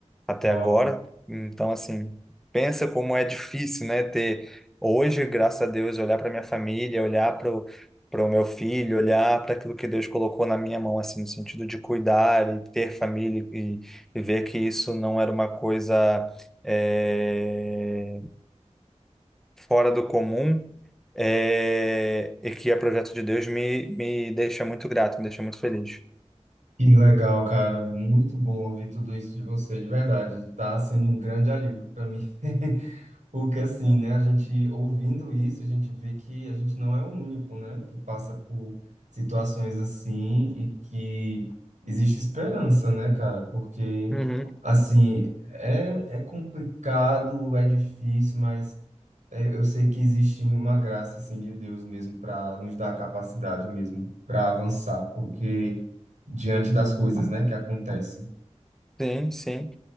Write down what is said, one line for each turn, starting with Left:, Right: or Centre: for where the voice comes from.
Centre: até
Right: uau.
Centre: agora. Então, assim, pensa como é difícil, né, ter hoje, graças a Deus, olhar para minha família, olhar para o meu filho, olhar para aquilo que Deus colocou na minha mão, assim, no sentido de cuidar e ter família e, e ver que isso não era uma coisa eh, fora do comum é, e que é projeto de Deus me, me deixa muito grato, me deixa muito feliz.
Right: Que legal, cara. Muito bom ouvir tudo isso de você, de verdade. Tá sendo um grande alívio para mim. <laughs> Porque assim, né, a gente ouvindo isso, a gente vê que a gente não é o único, né, que passa por situações assim e que existe esperança, né, cara? Porque
Centre: Uhum.
Right: assim, é, é complicado, é difícil, mas é, eu sei que existe uma graça assim de Deus mesmo para nos dar a capacidade mesmo para avançar, porque diante das coisas, né, que acontecem.
Centre: Sim, sim.